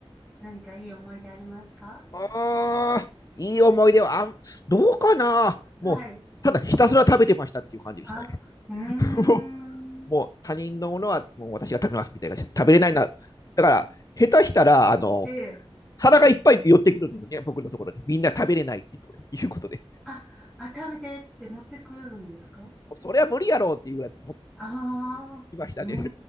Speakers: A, in the centre; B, on the left.
A: 何かいい思い出ありますか
B: ああ、いい思い出は、あん、どうかな。
A: はい。
B: もう、ただひたすら食べてましたっていう感じでしたね。
A: あ、うーん。
B: <laughs> もう他人のものはもう私が食べますみたいな。食べれないな。だから、下手したら、あの、
A: ええ
B: 皿がいっぱい寄ってくるんですよね、僕のところに。みんな食べれないっていうことで。
A: あ、あ、食べてって持ってくるんですか
B: それは無理やろうっていうぐらい、
A: ああー、
B: 今ひたで、
A: う
B: <laughs> ね、